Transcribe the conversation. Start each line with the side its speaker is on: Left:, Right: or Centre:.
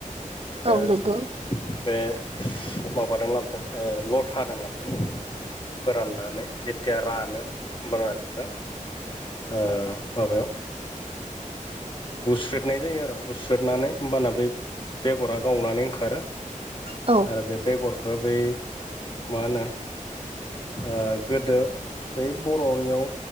Left: बेखौ
Right: औ नंगौ
Left: बे माबादों लाबोदों ओ लथा दों लाबोदों। फोराननानै। जेथिया रानो होमब्लाना बेखौ ओ माबायाव बुस्रोदनाय जायो आरो बुस्रोदनानै होमबाना बै बेगरा गावनानै ओंखारो।
Right: औ।
Left: आरो बे बेगरखो बै मा होनो ओ गोदो बै बर'नियाव